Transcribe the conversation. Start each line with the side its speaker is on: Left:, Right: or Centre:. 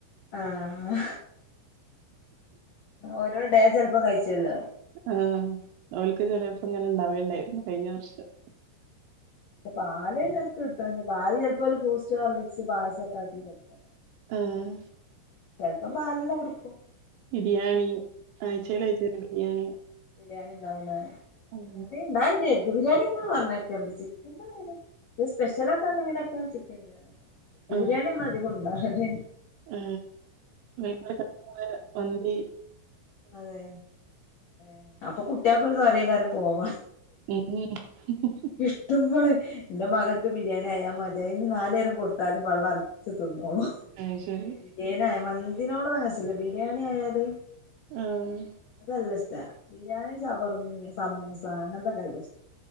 Left: ആഹ ഓരോ ഡേ ചിലപ്പോം കഴിച്ചല്ലോ
Right: ആഹ അവൾക്ക് ചിലപ്പം ഇങ്ങനെ ഉണ്ടാവേണ്ടായിരുന്നു കഴിഞ്ഞ വർഷം
Left: ഇ പാല ഇടക്ക് കിട്ടും പക്ഷെ പാല് ചിലപ്പോ ബുസ്റ്റോ മികസ്പായസം ആക്കി കൊടുക്കും
Right: ആഹ
Left: ചിലപ്പോ പാൽ തന്നെകുടിക്കും
Right: ബിരിയാണി ആഴ്ചക്കഴച്ച ബിരിയാണി
Left: ബിരിയാണി ഉണ്ടാവൂലേ
Right: ഉം.
Left: ബിരിയാണി ഉണ്ടാവണ്ട് എഗ് ബിരിയാണി എങ്ങ പറഞ്ഞേക്കണ്ട് ചിക്കൻ ത് സ്പെഷ്യലൊക്കെ ഉണ്ടെങ്കിലൊക്കെ ചിക്കൻ ബിരിയാണി ബി
Right: ആ,
Left: ബിരിയാണിയാണ് അധികം ഉണ്ടാകതെ
Right: ആ ശക്ക വന്
Left: അതെ ഏ അപ്പൊ കുട്ടിയ പോലത് <unintelligible> കാര് പോവാ
Right: നീ ഉം
Left: ഇഷ്ട പോളെ എന്റെ മകൾക്ക് ബിരിയാണി ആയാൽ മതിയ ഇനി നാലേരം കൊടുത്താലും വെള്ളം ഇറക്കി തിന്നോളൂ
Right: ആ ശരി
Left: ബിരിയാണി ആയ മന്തിനോട് മനസ്സില്ലബിരിയാണി ആയാല്
Right: ആഹ
Left: അതെല്ലാം ഇഷ്ട ബിരിയാണി ചവർമ്മി സമോസ അങ്ങനത്തെൊക്കെ എല്ലാം ഇഷ്ട